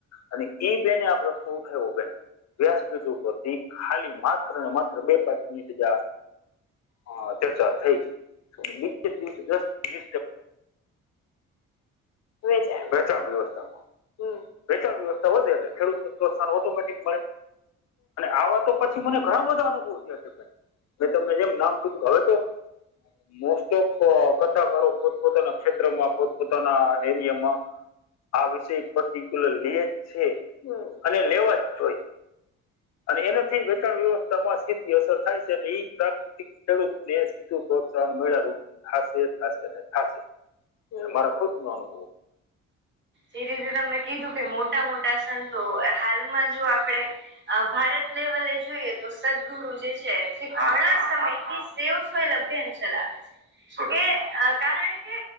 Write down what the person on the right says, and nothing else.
જે રીતે તમે કીધું કે મોટા મોટા સંતો હાલમાં જો આપણેે અ ભારત લેવલે જોઈએ તો સદગુરુ જે છે તે ઘણા સમયથી તેઓ સોયલ અભિયાન ચલાવે છે. એ કારણ કે